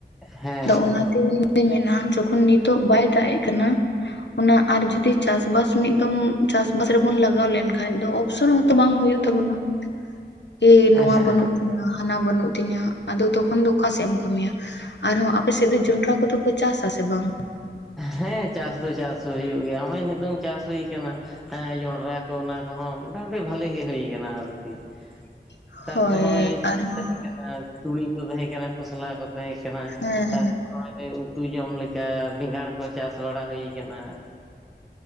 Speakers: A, in the centre; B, on the left.
A: ᱦᱮᱸ
B: ᱟᱫᱚ ᱚᱱᱟᱛᱮᱼᱼ ᱢᱮᱱᱟ ᱡᱚᱠᱷᱚᱱ ᱱᱤᱛᱚᱜ ᱵᱟᱭ ᱫᱟᱜ ᱮᱜ ᱠᱟᱱᱟ ᱾ ᱚᱱᱟ ᱟᱨ ᱡᱩᱫᱤ ᱪᱟᱥᱵᱟᱥ ᱢᱤᱫ ᱫᱚᱢ ᱪᱟᱥᱵᱟᱥ ᱨᱮᱵᱚᱱ ᱞᱟᱜᱟᱣ ᱞᱮᱱᱠᱷᱟᱱ ᱫᱚ ᱚᱯᱥᱚᱱ ᱦᱚᱸ ᱵᱟᱝ ᱦᱩᱭᱩᱜ ᱛᱟᱵᱚᱱᱟ ᱾ ᱮ
A: ᱦᱮᱸ
B: ᱱᱚᱶᱟ
A: ᱦᱮᱸ
B: ᱵᱟᱹᱱᱩᱜ ᱛᱤᱧᱟᱹ ᱦᱟᱱᱟ ᱵᱟᱹᱱᱩᱜ ᱛᱤᱧᱟᱹ, ᱟᱫᱚ ᱛᱚᱠᱷᱚᱱ ᱫᱚ ᱚᱠᱟ ᱥᱮᱫ ᱮᱢ ᱠᱟᱹᱢᱤᱭᱟ? ᱟᱨ ᱦᱚᱸ ᱟᱯᱮ ᱥᱮᱫ ᱫᱚ ᱡᱚᱸᱰᱨᱟ ᱠᱚᱫᱚ ᱠᱚ ᱪᱟᱥᱟ ᱥᱮ ᱵᱟᱝ?
A: ᱦᱮᱸ ᱪᱟᱥ ᱫᱚ ᱪᱟᱥ ᱦᱚᱸ ᱦᱩᱭᱩᱜ ᱜᱮᱭᱟ ᱾ ᱱᱚᱜᱼᱚᱭ ᱱᱤᱛᱚᱝ ᱪᱟᱥ ᱦᱩᱭ ᱠᱟᱱᱟ ᱾ ᱦᱮᱸ ᱡᱚᱸᱰᱨᱟ ᱠᱚ ᱚᱱᱟ ᱠᱚᱦᱚᱸ ᱢᱚᱴᱟᱢᱩᱴᱤ ᱵᱷᱟᱞᱤ ᱜᱮ ᱦᱩᱭ ᱠᱟᱱᱟ ᱟᱨᱠᱤ ᱾
B: <inaudible>
A: ᱛᱟᱨᱯᱚᱨ ᱦᱚᱸᱜᱼᱚᱭ ᱤᱭᱟᱹ
B: ᱟᱨᱦᱚᱸ
A: ᱠᱚ ᱛᱟᱦᱮᱸ ᱠᱟᱱᱟ, ᱛᱩᱲᱤ ᱠᱚ ᱛᱟᱦᱮᱸ ᱠᱟᱱᱟ, ᱠᱷᱚᱥᱞᱟ ᱠᱚ ᱛᱟᱦᱮᱸ ᱠᱟᱱᱟ
B: ᱦᱮᱸ
A: ᱾ ᱠᱟᱱᱟ ᱩᱛᱩ ᱡᱚᱢ ᱞᱮᱠᱟ ᱵᱮᱸᱜᱟᱲ ᱠᱚ ᱪᱟᱥ ᱵᱟᱲᱟ ᱦᱩᱭ ᱟᱠᱟᱱᱟ ᱾